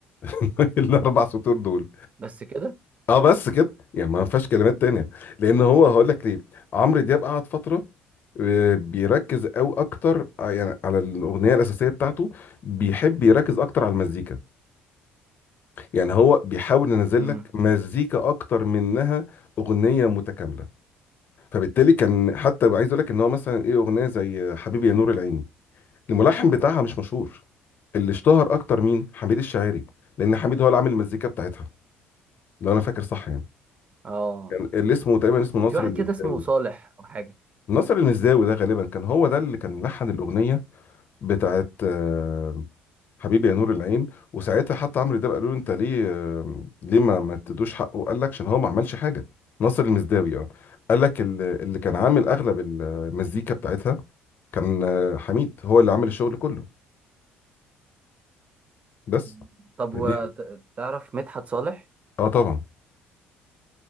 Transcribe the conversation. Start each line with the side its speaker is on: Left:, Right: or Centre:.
Left: <laughs> الاربع سطور دول
Right: بس كده
Left: اه بس كده يعني ما فيهاش كلمات تانية لان هو هقول لك ليه عمرو دياب قعد فتره آه، بيركز او اكتر ع- يعني على الاغنيه الاساسيه بتاعته بيحب يركز اكتر على المزيكا يعني هو بيحاول ينزل
Right: مم.
Left: لك مزيكا اكتر منها اغنيه متكامله فبالتالي كان حتى عايز اقول لك ان هو مثلا ايه اغنيه زي حبيبي يا نور العين الملحن بتاعها مش مشهور اللي اشتهر اكتر مين حميد الشاعري لان حميد هو اللي عامل المزيكا بتاعتها لو انا فاكر صح يعني
Right: اه
Left: كان اللي اسمه تقريبا اسمه ناصر
Right: في واحد
Left: المساوي
Right: كده اسمه صالح أو حاجة
Left: ناصر المسداوي ده غالبا كان هو ده اللي كان لحن الاغنيه بتاعت آه، حبيبي يا نور العين وساعتها حتى عمرو ده قالوا له انت ليه آه، ليه ما ما تدوش حقه قال لك عشان هو ما عملش حاجه ناصر المسداوي اه قال لك اللي اللي كان عامل اغلب المزيكا بتاعتها كان آه، حميد هو اللي عامل الشغل كله بس
Right: مم. طب
Left: فدي
Right: وتعرف مدحت صالح
Left: اه طبعا